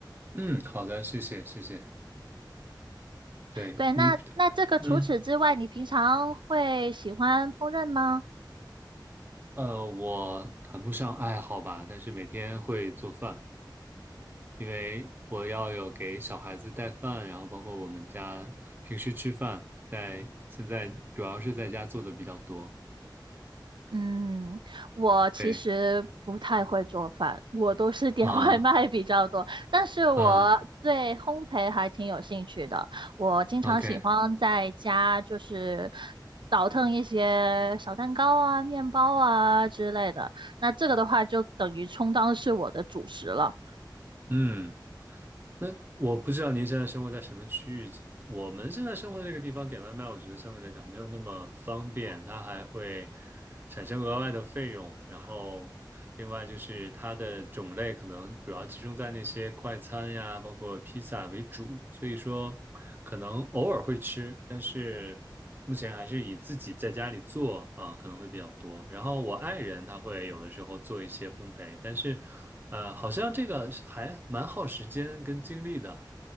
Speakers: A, on the right; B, on the right.
A: 嗯，好的，谢谢谢谢。对你，
B: 对，那那这个除此之外，
A: 嗯
B: 你平常会喜欢烹饪吗？
A: 呃，我谈不上爱好吧，但是每天会做饭，因为我要有给小孩子带饭，然后包括我们家平时吃饭，在现在主要是在家做的比较多。
B: 嗯，我其实不太会做饭，
A: 对，
B: 我都是点
A: 啊
B: <laughs> 外卖比较多。但是我对烘焙还挺有兴趣的，
A: 嗯
B: 我经常喜欢在家就是
A: ，OK，
B: 倒腾一些小蛋糕啊、面包啊之类的。那这个的话，就等于充当是我的主食了。
A: 嗯。那我不知道您现在生活在什么区域。我们现在生活的这个地方点外卖，我觉得相对来讲没有那么方便，它还会产生额外的费用。然后，另外就是它的种类可能主要集中在那些快餐呀，包括披萨为主，所以说可能偶尔会吃，但是。目前还是以自己在家里做啊，可能会比较多。然后我爱人他会有的时候做一些烘焙，但是，呃，好像这个是还蛮耗时间跟精力的。